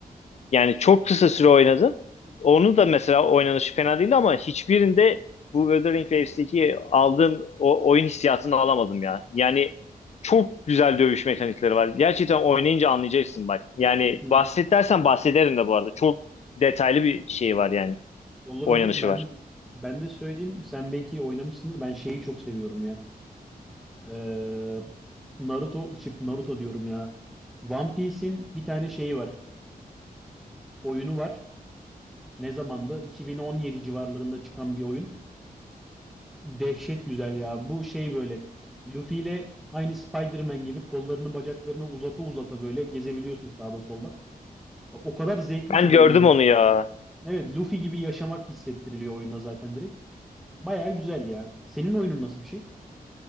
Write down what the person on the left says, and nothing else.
yani çok kısa süre oynadım. Onu da mesela oynanışı fena değildi ama hiçbirinde bu Wuthering Waves'teki aldığım o oyun hissiyatını alamadım ya. Yani çok güzel dövüş mekanikleri var. Gerçekten oynayınca anlayacaksın bak. Yani
bahset dersen bahsederim de bu arada. Çok detaylı bir şey var yani.
Oynanışı
var.
Ben
gördüm
onu ya.